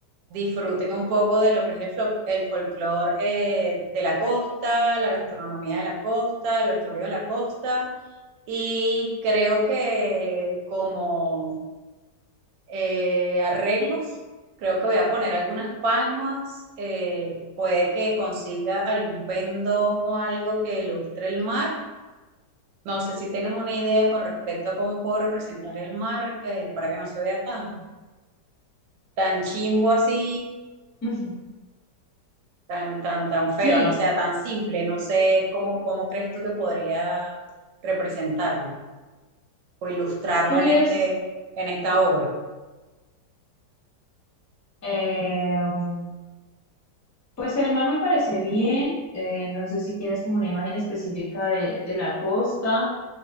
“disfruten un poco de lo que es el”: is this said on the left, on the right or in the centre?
Right